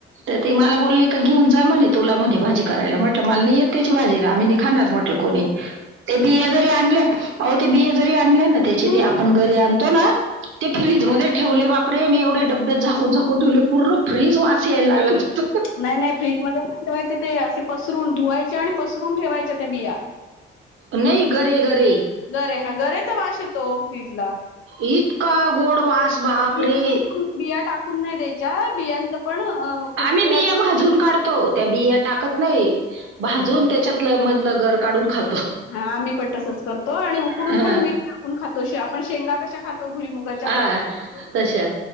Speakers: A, on the right; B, on the left.
A: तर ते मला बोलले घेऊन जा म्हणे तुला म्हणे भाजी करायला म्हटलं मला नाही येत त्याची भाजी आम्ही खाणार म्हटल को ते बिया जरी आणले ते बि ते ऑनलाईन आपण
B: हम्म
A: त्याच्याशी घरी आणतोय ना आपण ते फ्रीजमध्ये. ठेवले बापरे मी एवढे डब्यात झाकून झाकून ठेवले पूर्ण फ्रीज वास यायला लागला. तिथं.
B: नाही नाही फ्रीज मध्ये नाही ठेवायचे ते असे पसरून धुवायचे आणि पसरून ठेवायच्या त्या बिया.
A: नाही घे घरे
B: गरे हा गरेचा वाश येतो फ्रीज ला
A: इतका गोड वास बाप
B: बिया
A: रे
B: टाकून बिया नाही द्याच्या बियांचं पण अ कुकरला
A: आम्ही बिया भाजून काढतो त्या बिया टाकत नाही भाजून त्याच्यात मधलं घर काून खात
B: हा आम्ही पण तसच करतो आणि उकडून
A: हा
B: पण मीठ टाकून खातो आपण शेंगा कशा खातो भुईमुगाच्या
A: आा
B: तसं पण खातो
A: तशा